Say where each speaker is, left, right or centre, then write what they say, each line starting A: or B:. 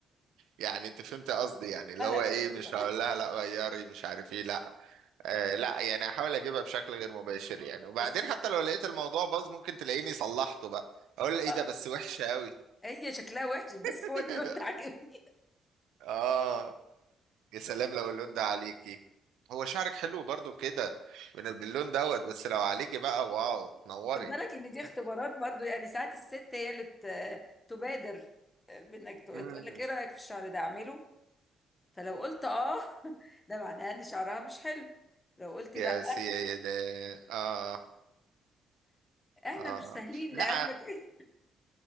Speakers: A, on the right; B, on the left.
A: يعني انت فهمت قصدي يعني اللي
B: آه، لا
A: هو ايه
B: فهمت
A: مش
B: ده
A: هقول لها لا غيري مش عارف ايه لا آه لا يعني هحاول اجيبها بشكل غير مباشر يعني وبعدين
B: بس مش
A: حتى لو لقيت الموضوع باظ ممكن تلاقيني صلحته بقى اقول لها ايه
B: اه
A: ده بس وحشة قوي
B: هي شكلها وحش بس
A: <laughs>
B: هو اللون ده عاجبني
A: اه يا سلام لو اللون ده عليكي هو شعرك حلو برضو كده بال- باللون دوت بس لو عليكي بقى واو تنوري
B: خد بالك ان دي اختبارات برضه يعني ساعات الست هي اللي ت- تبادر آه، بانك تقول
A: مم.
B: لك ايه رأيك في الشعر ده اعمله فلو قلت اه <laughs> ده معناه ان شعرها مش حلو لو قلت
A: يا
B: لا
A: سيدي اه
B: احنا
A: اه
B: مش سهلين
A: لا
B: لعلمك <laughs>